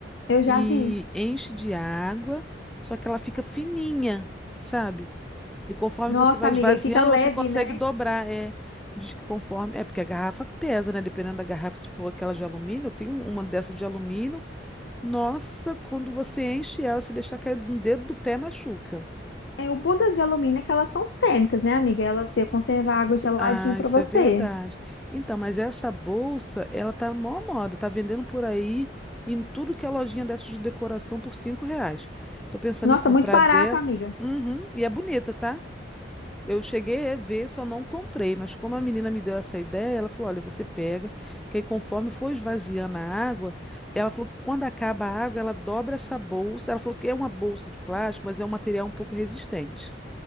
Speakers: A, on the left; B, in the centre.
A: Eu já
B: E
A: vi.
B: enche de água, só que ela fica fininha, sabe? E conforme
A: Nossa,
B: você vai
A: amiga,
B: esvaziando,
A: e fica leve,
B: você consegue
A: né?
B: dobrar. É, diz que conforme. É porque a garrafa pesa, né? Dependendo da garrafa, se for aquela de alumínio, eu tenho uma dessa de alumínio. Nossa, quando você enche ela, se deixar cair no dedo do pé, machuca.
A: É, o bom das de alumínio é que elas são térmicas, né, amiga? Elas iam conservar água geladinha
B: Ah,
A: pra
B: isso
A: você.
B: é verdade. Então, mas essa bolsa, ela tá mó moda, tá vendendo por aí em tudo que é lojinha dessa de decoração por cinco reais. Tô pensando
A: Nossa,
B: em comprar
A: muito barato,
B: dela.
A: amiga.
B: Uhum, e é bonita, tá? Eu cheguei a ver, só não comprei, mas como a menina me deu essa ideia, ela falou: olha, você pega, que aí conforme for esvaziando a água, ela falou que quando acaba a água, ela dobra essa bolsa. Ela falou que é uma bolsa de plástico, mas é um material um pouco resistente.